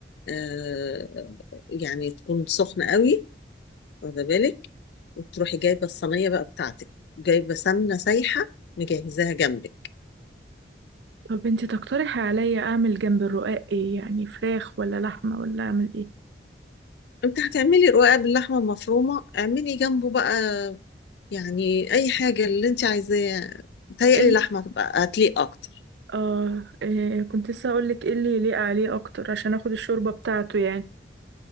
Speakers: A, on the left; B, on the right.
A: آه، يعني تكون سخنه قوي واخده بالك وتروحي جايبه الصينيه بقى بتاعتك جايبه سمنه سايحه مجهزاها جنبك
B: طب انتي تقترحي عليا اعمل جنب الرقاق ايه يعني فراخ ولا لحمة ولا اعمل ايه
A: انت هتعملي رقاق باللحمه المفرومه اعملي جنبه بقى يعني اي حاجه اللي انت عايزاه متهيألي
B: ايه اللي
A: لحمه تبقى هتليق اكتر
B: اه إيه كنت لسه هقولك ايه اللي يليق عليه اكتر عشان اخد الشوربة بتاعته يعني